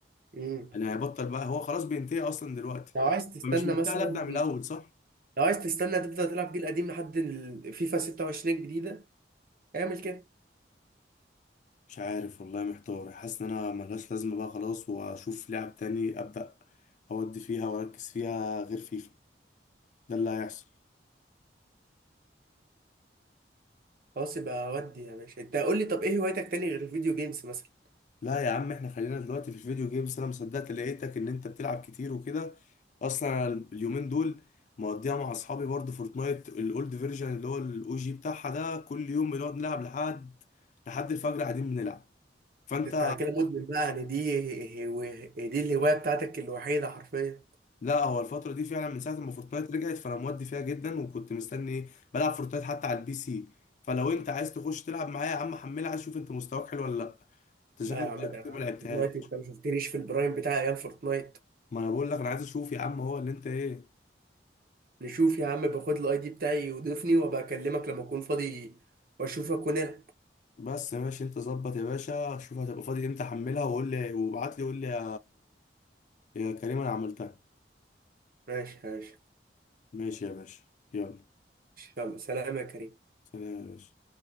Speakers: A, on the right; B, on the left.
A: امم
B: انا هيبطل بقى هو خلاص بينتهي اصلا دلوقتي
A: لو عايز تستنى
B: فمش مستاهل
A: مثلا
B: ابدا من الاول صح
A: لو عايز تستنى تفضل تلعب جيل قديم لحد الفيفا 26 الجديدة اعمل كده
B: مش عارف والله محتار حاسس ان انا ملهاش لازمه بقى خلاص واشوف لعب تاني ابدا اودي فيها واركز فيها غير فيفا ده اللي هيحصل
A: خلاص يبقى ودي يا باشا انت قول لي طب ايه هوايتك تاني غير الفيديو جيمز مثلا
B: لا يا عم احنا خلينا دلوقتي في الفيديو جيمز انا مصدقت لقيتك ان انت بتلعب كتير وكده اصلا أنا اليومين دول مقضيها مع اصحابي برضه فورتنايت الاولد فيرجن اللي هو الاو جي بتاعها ده كل يوم بنقعد نلعب لحد لحد الفجر قاعدين بنلعب فانت
A: انت على كده مدمن بقى يعني دي هو- دي الهواية بتاعتك الوحيدة حرفيا
B: لا هو الفترة دي فعلا من ساعة ما فورتنايت رجعت فانا مودي فيها جدا وكنت مستني ايه بلعب فورتنايت حتى على البي سي فلو انت عايز تخش تلعب معايا يا عم حملها شوف انت مستواك حلو ولا لا انت
A: لا
B: شكلك
A: يا عم
B: بقالك
A: ده
B: كتير
A: انا
B: ما لعبتهاش
A: فورتنايت انت ما شفتنيش في البرايم بتاع ايام فورتنايت
B: ما انا بقول لك انا عايز اشوف يا عم هو اللي انت ايه
A: نشوف يا عم باخد الاي دي بتاعي وضيفني وابقى اكلمك لما اكون فاضي واشوفك ونلعب
B: بس ماشي انت ظبط يا باشا شوف هتبقى فاضي امتى حملها وقول لي وابعت لي وقول لي يا يا كريم انا عملتها
A: ماشي ماشي
B: ماشي يا باشا يلا
A: يلا سلام يا كريم
B: سلام يا باشا